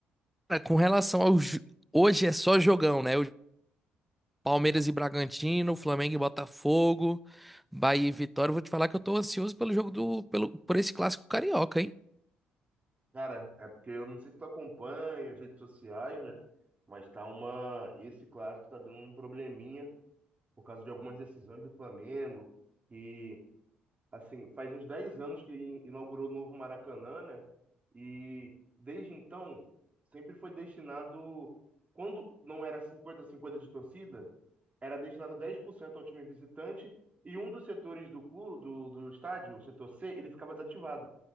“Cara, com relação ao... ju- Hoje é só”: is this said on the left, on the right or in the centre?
Centre